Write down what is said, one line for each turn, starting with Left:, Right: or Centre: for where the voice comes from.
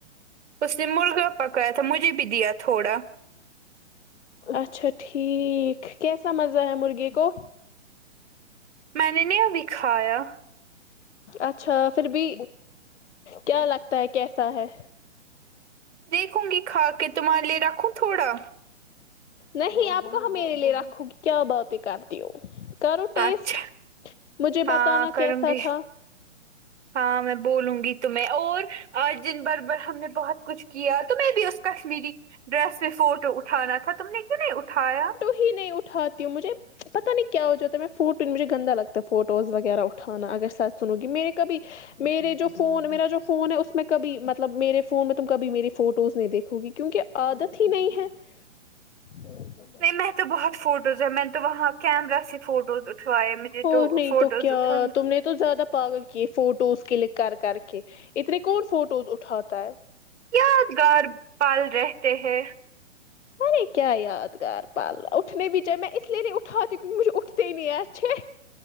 Right: اس نے مرغا پکایا تھا مجھے بھی دیا تھوڑا
Left: اچھا ٹھیک کیسا مزہ ہے مرغے کو
Right: میں نے نی ابھی کھایا
Left: اچھا پھر بھی کیا لگتا ہے کیسا ہے
Right: دیکھوں گی کھا کے تمہارے لیے رکھوں تھوڑا
Left: نہیں آپ کہاں میرے لیے رکھو گی کیا باتیں کرتی ہو کرو ٹیسٹ
Right: اچھا
Left: مجھے
Right: ہاں
Left: بتانا
Right: کروں
Left: کیسا
Right: گی
Left: تھا
Right: ہاں میں بولوں گی تمہیں اور آج دن بھر بھر ہم نے بہت کچھ کیا تو میں بھی اس کشمیری ڈریس میں فوٹو اٹھانا تھا تم نے کیوں نہیں اٹھایا
Left: کبھی نہیں اٹھاتی ہوں مجھے پتہ نہیں کیا ہو جواتتا ہے میں فوٹو مجھے گندا لگتا ہے فوٹوز وغیرہ اٹھانا اگر سچ سنو گی میں نے کبھی میرے جو فون میرا جو فون ہے اس میں کبھی مطلب میرے فون میں تم کبھی میری فوٹوز نہیں دیکھو گی کیونکہ عادت ہی نہیں ہے <unintelligible>
Right: نہیں میں تو بہت فوٹوز ہے میں نے تو وہاں کیمرا سے فوٹوز اٹھوائے مجھے تو
Left: اور نہیں
Right: فوٹوز
Left: کیا
Right: اٹ
Left: تم نے تو زیادہ پاگل کیے فوٹوز کلک کر کر کے اتنے کون فوٹوز اٹھاتا ہے
Right: یادگار پال رہتے ہیں
Left: ارے کیا یادگار پالا اٹھنے بھی چاہے میں اس لیے نہیں اٹھاتی ہوں کیونکہ مجھے اٹھتے ہی نہیں ہیں اچھے